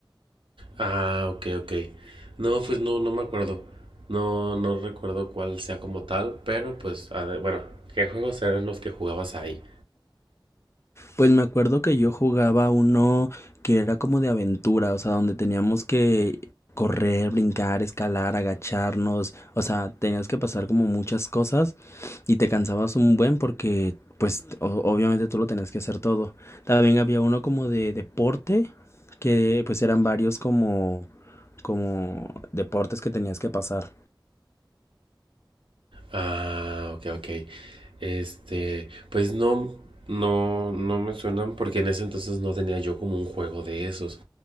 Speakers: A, on the right; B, on the left.
A: Ah, ok, ok. No, pues no, no me acuerdo. No, no recuerdo cuál sea como tal, pero pues, a ver, bueno, ¿qué juegos eran los que jugabas ahí?
B: Pues me acuerdo que yo jugaba uno que era como de aventura, o sea, donde teníamos que correr, brincar, escalar, agacharnos, o sea, tenías que pasar como muchas cosas y te cansabas un buen porque, pues, o- obviamente tú lo tenías que hacer todo. También había uno como de deporte, que pues eran varios como, como deportes que tenías que pasar.
A: Ah, ok, ok. Este, pues no, no, no me suenan porque en ese entonces no tenía yo como un juego de esos.